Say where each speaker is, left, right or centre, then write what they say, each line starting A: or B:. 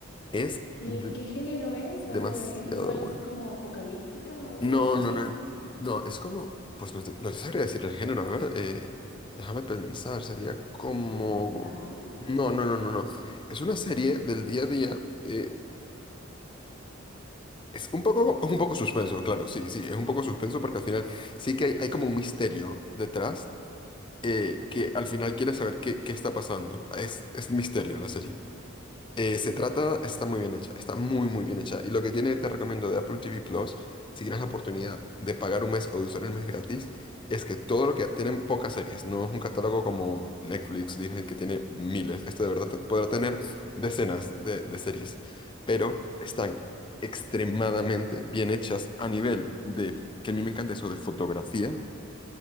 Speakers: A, on the left; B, on the left.
A: Es
B: ¿Y
A: de-
B: qué género es?
A: demasiado
B: A ver, ¿es igual
A: bueno.
B: así como apocalíptica o
A: No,
B: comedia?
A: no, no. No, es como. Pues no te, no te sabría decir el género. A ver, eh, déjame pensar. Sería como.
B: ¿Documental?
A: No,
B: Puede ser,
A: no,
B: ¿o
A: no,
B: ¿no?
A: no, no. Es una serie del día a día. eh, es un poco, un poco suspenso, claro, sí, sí. Es un poco suspenso porque al final sí que hay, hay como un misterio detrás eh, que al final quieres saber qué, qué está pasando. Es, es misterio la serie. Eh, se
B: Mm.
A: trata, está muy bien hecha, está muy muy bien hecha. Y lo que tiene, te recomiendo de Apple TV Plus, si tienes la oportunidad de pagar un mes o de usar el mes gratis, es que todo lo que tienen pocas series, no es un catálogo como Netflix, Disney, que tiene miles. Este de verdad te- podrá tener decenas de, de series, pero están extremadamente bien hechas a nivel de, que a mí me encanta eso de fotografía.